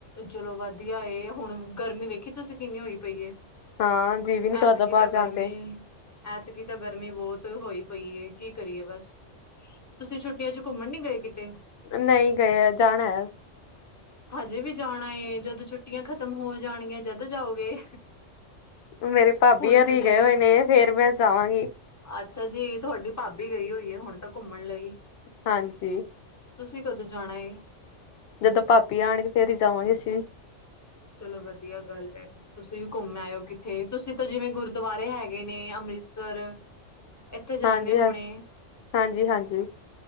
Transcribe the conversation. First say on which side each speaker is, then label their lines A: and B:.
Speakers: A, on the left; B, on the left.
A: ਚਲੋ ਵਧੀਆ ਏ। ਹੁਣ ਗਰਮੀ ਵੇਖੀ ਤੁਸੀਂ ਕਿੰਨੀ ਹੋਈ ਪਈ ਏ।
B: ਹਾਂ ਜੀਅ ਵੀ ਨੀ ਕਰਦਾ
A: ਐਤਕੀ
B: ਬਾਹਰ
A: ਤਾਂ
B: ਜਾਣ
A: ਗਰਮੀ
B: ਤੇ,
A: ਐਤਕੀ ਤਾਂ ਗਰਮੀ ਬਹੁਤ ਹੋਈ ਪਈਏ ਕੀ ਕਰੀਏ ਬਸ। ਤੁਸੀਂ ਛੁੱਟੀਆਂ ਚ ਘੁੰਮਣ ਨੀ ਗ‌ਏ ਕਿਤੇ?
B: ਨ‌ਈ ਗਏ, ਜਾਣੈ।
A: ਕ ਹਜੇ ਵੀ ਜਾਣਾ ਏ ਜਦੋਂ ਛੁੱਟੀਆਂ ਖਤਮ ਹੋ ਜਾਣਗੀਆਂ ਜਦ ਜਾਓਗੇ।
B: ਮੇਰੇ ਭਾਬੀ
A: ਹੁਣ
B: ਓਰੀ
A: ਤਾਂ ਜਿਵੇਂ
B: ਗਏ ਹੋਏ ਨੇ ਫੇਰ ਮੈਂ ਜਾਵਾਂਗੀ।
A: ਅੱਛਾ ਜੀ ਥੋਡੀ ਭਾਬੀ ਗਈ ਹੋਈ ਏ ਹੁਣ ਤਾਂ ਘੁੰਮਣ ਲਈ।
B: ਹਾਂਜੀ।
A: ਤੁਸੀਂ ਕਦੋਂ ਜਾਣਾ ਏ?
B: ਜਦੋਂ ਭਾਬੀ ਆਣਗੇ ਫੇਰ ਹੀ ਜਾਵਾਂਗੇ ਅਸੀਂ ਵੀ।
A: ਚਲੋ ਵਧੀਆ ਗੱਲ ਏ, ਤੁਸੀਂ ਵੀ ਘੁੰਮ ਆਓ ਕਿਤੇ। ਤੁਸੀਂ ਤਾਂ ਜਿਵੇਂ ਗੁਰਦੁਆਰੇ ਹੈਗੇ ਨੇ ਅੰਮ੍ਰਿਤਸਰ ਏਥੇ ਜਾਂਦੇ
B: ਹਾਂਜੀ
A: ਹੋਣੇ।
B: ਹਾਂ ਹਾਂਜੀ ਹਾਂਜੀ